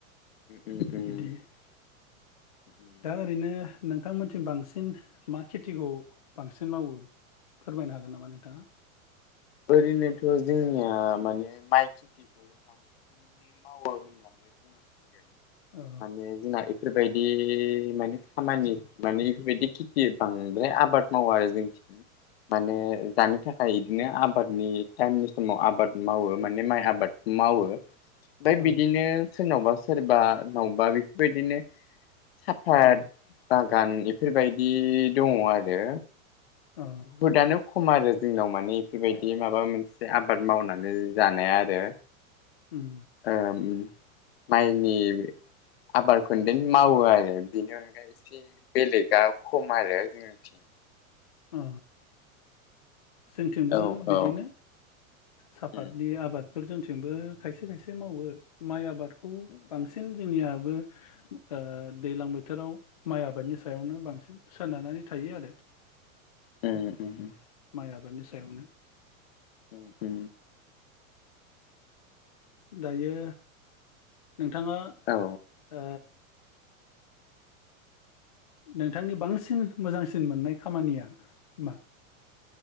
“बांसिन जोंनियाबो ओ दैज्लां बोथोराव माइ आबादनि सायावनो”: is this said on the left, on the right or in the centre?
Left